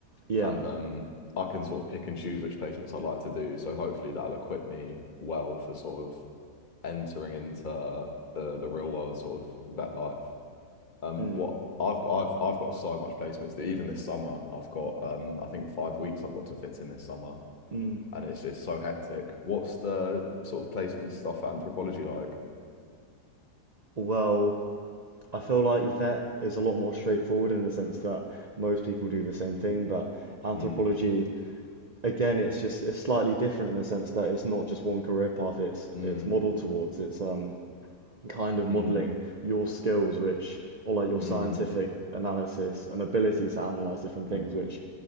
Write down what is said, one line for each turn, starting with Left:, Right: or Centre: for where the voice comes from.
Right: yeah,
Left: And um, I can sort of pick and choose which placements I like to do. So hopefully that'll equip me well for sort of entering into the the real world sort of vet life. Um,
Right: mm,
Left: what I've got, I've I've got so much placements that even this summer I've got um I think five weeks I've got to fit in this summer,
Right: mm.
Left: and it's just so hectic. What's the sort of placement stuff at anthropology like?
Right: Well, I feel like vet is a lot more straightforward in the sense that most people do the same thing, but anthropology,
Left: Mm,
Right: again, it's just it's slightly different in the sense that it's not just one career path it's
Left: mm,
Right: it's modeled towards. It's um kind of modeling
Left: mm,
Right: your skills, which, or like your
Left: mm,
Right: scientific analysis and ability to analyze different
Left: mm.
Right: things, which